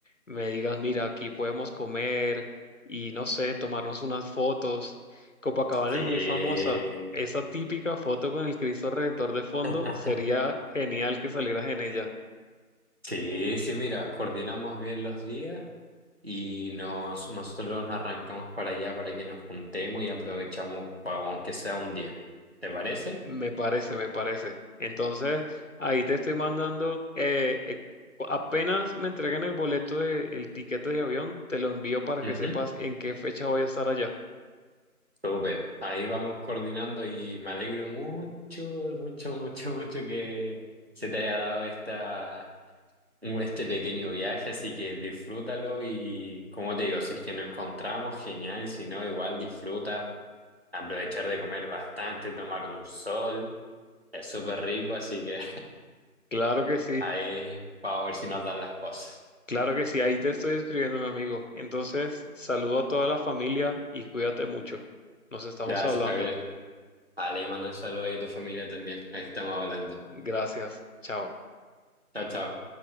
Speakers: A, on the left (about 60°); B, on the right (about 45°).
A: me digas, mira, aquí podemos comer y no sé, tomarnos unas fotos. Copacabana
B: Sí.
A: es muy famosa. Esa típica foto con el Cristo Redentor de fondo
B: <laughs>
A: sería genial que salieras en ella.
B: Sí, sí, mira, coordinamos bien los días y nos, nosotros nos arrancamos para allá para que nos juntemos y aprovechamos, pa- aunque sea un día. ¿Te parece?
A: Me parece, me parece. Entonces, ahí te estoy mandando, eh, eh, cu- apenas me entreguen el boleto de, el tiquete de avión, te lo envío para
B: Ujú,
A: que sepas en qué fecha voy a estar allá.
B: Súper. Ahí vamos coordinando y me alegro mucho, mucho, mucho, mucho que se te haya dado esta, este pequeño viaje, así que disfrútalo y como te digo, si es que nos encontramos, genial, si no, igual disfruta, aprovechar de comer bastante, tomar un sol. Es súper rico, así que
A: Claro que sí,
B: Ahí vamos a ver si nos dan las cosas.
A: claro que sí, ahí te estoy escribiendo, mi amigo. Entonces, saludo a toda la familia y cuídate mucho. Nos estamos
B: Gracias,
A: hablando.
B: Javier. Vale, mando un saludo ahí a tu familia también. Ahí estamos hablando.
A: Gracias, chao.
B: Chao, chao.